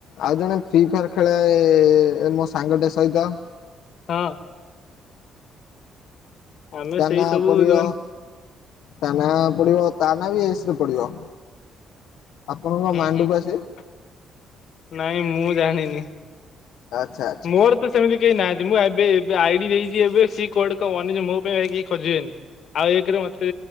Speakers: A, on the left (about 80°); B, on the left (about 55°).
A: ଆଉ ଜଣେ ଫ୍ରି ଫାୟାର ଖେଳେ ମୋ ସାଙ୍ଗଟେ ସହିତ।
B: ହଁ। ଆମେ
A: ତାନା
B: ସେଇ ସବୁ
A: ପଡିିବ
B: ଯୋଉମାନେ
A: ତାନା ପଡିିବ ତାନା ବି ଏସ୍ ରେ ପଡିବ ଆପଣଙ୍କ
B: ହୁଁ
A: ମାଣ୍ଡୁ
B: ହୁଁ
A: ପା ସିଏ?
B: ନାଇଁ ମୁଁ ଜାଣିନି।
A: ଆଚ୍ଛା, ଆଚ୍ଛା।
B: ମୋର ତ ସେମିତି କେହି ନାହାନ୍ତି ମୁଁ ଏବେ ଏବେ ଆଇଡି ଦେଇଚି‌ ଏବେ ସିଏ କୁଆଡେ କଣ <unintelligible> ମୋ ପାଇଁ କେହି ଖୋଜିବେନି। ଆଉ ଏକରେ ମତେ